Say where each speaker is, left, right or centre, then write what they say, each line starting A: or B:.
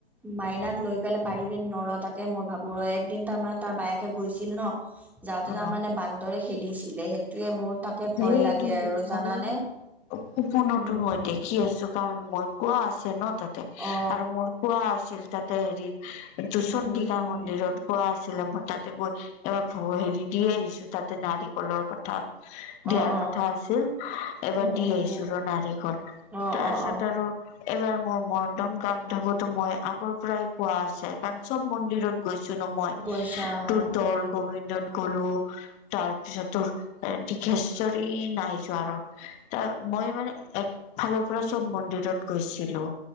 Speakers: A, in the centre; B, on the left.
A: মাইনাক লৈ পেলাই পাৰিবি নৰ তাকে মই ভাবো ৰ এক দিন তাৰমানে তাৰ বায়েক, গৈছিল ন যাওঁতে
B: অ
A: তাৰমানে বান্দৰে খেদিছিলে সে টোয়ে মোৰ তাকে ভয়
B: সেইটোতো
A: লাগে আৰু
B: নহ'লে
A: জানানে।
B: মই সপোনতো
A: উম
B: মই দেখি আছো কাৰণ মই কোৱা আছে ন তাতে
A: অ
B: আৰু মোৰ কোৱা আছিল তাতে হেৰি দুচণ্ডিকা
A: উম উম
B: মন্দিৰত কোৱা আছিলে মই তাতে গৈ এবাৰ হেৰি দি আহিছো তাতে নাৰিকলৰ কথা দিয়াৰ
A: অ অ
B: কথা আছিল এবাৰ
A: উম
B: দি
A: উম
B: আহিছো
A: উম
B: ৰ নাৰিকল
A: অ
B: তাৰপিছত
A: অ অ
B: আৰু এইবাৰ মোৰ মদন কামদেৱতো মই আগৰ পৰাই কোৱা আছে কাৰণ মন্দিৰত গৈছো ন মই
A: গৈছা অ
B: তোৰ দল গোবিন্দনত গলো তাৰপিছতো এ দি ৰ্ঘেচৰী নাই যোৱা ৰ ত মই মানে এ ফালৰ পৰা চব মন্দিৰত গৈছিলো।